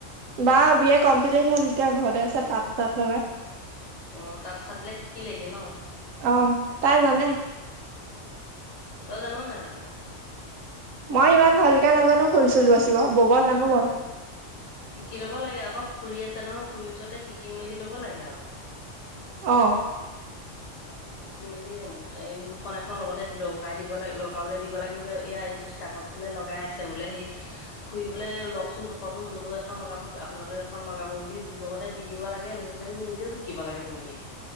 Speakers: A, on the right; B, on the left.
A: বা বি এ কমপ্লিট হ'ল এতিয়া ঘৰতে আছে তাত তাত লগাই।
B: অঁ তাত ছাত বিলাক শিকিলেগে ন।
A: অঁ তাই জানে।
B: অঁ তই জান নেজান।
A: মই ইমান ভালকে নাজানো ফুল চুল বাচিব ব'ব জানো বাৰু।
B: শিকি ল'ব লাগে আকৌ খুুৰী আছে নহয় খুৰীৰ ওচতে শিকি মেলি ল'ব লাগে আৰু।
A: অঁ!
B: শিকি মেলি এ দুখন এখন লগতে বলহাৰ লগাই দিব লাগে লগাবলৈ দিব লাগে বোলে এয়া যোতি তাঁতত বোলে লগাই আছে বোলে সেই- খুৰিবলৈ লওকচোন দুখতো মোৰ লগ এখন লগাব আপোনালোক এখন লগাব বুলি লগত। তাত দি দিব লাগে লৈ পেলাই নিজেও শিকিব লাগে ধুনীয়াকে।